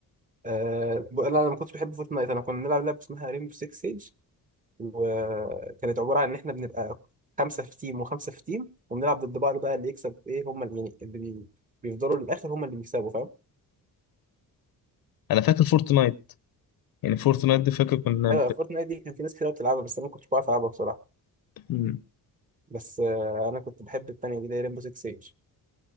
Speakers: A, on the right; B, on the left.
A: أه ب- انا لما كنت بحب فورتنايت انا كنا بنلعب لعبه اسمها ريمبو 6 سيج وكانت عباره عن ان احنا بنبقى خمسه في تيم وخمسه في تيم وبنلعب ضد بعض بقى اللي يكسب ايه هم اللي, يعني اللي بي... بيفضلوا للاخر هم اللي بيكسبوا
B: انا فاكر فورتنايت يعني فورتنايت دي فاكر كنا
A: ايوه فورتنايت دي كان في ناس كتير بتلعبها بس انا ما كنتش بعرف العبها بصراحه
B: ب...
A: بس آه، انا كنت بحب التانية دي اللي هي ريمبو 6 سيج